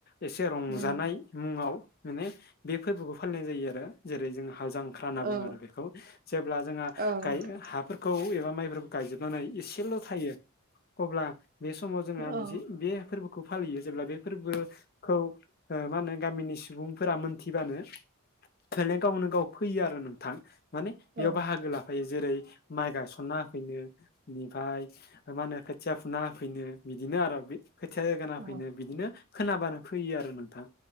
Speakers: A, on the left; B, on the right.
A: एसे रंजानाय
B: उम
A: मुङाव माने बे फोरबोखौ फालिनाय जायो आरो जेरै जों हाल जांख्रा होनना बुङो
B: औ
A: आरो बेखौ जेब्ला जोंहा
B: औ नोंथां
A: गाय हाफोरखौ एबा माइफोरखौ गायजोबनानै एसेल' थायो अब्ला बे समाव जोंहा मोनसे
B: औ
A: बे फोरबोखौ खौ फालियो जेब्ला बे फोरबोखौ मा होनो गामिनि सुबुंफोरा मोनथिबानो खनाय गावनो गाव फैयो आरो नोंथां माने बेयाव
B: औ
A: बाहागो लाफायो जेरै माइ गासनना होफैनो ओमनिफ्राय मा होनो खोथिया फुना होफैनो बिदिनो आरो बे खोथिया जायगाना
B: औ
A: फैनो बिदिनो खोनाबानो फैयो आरो नोंथां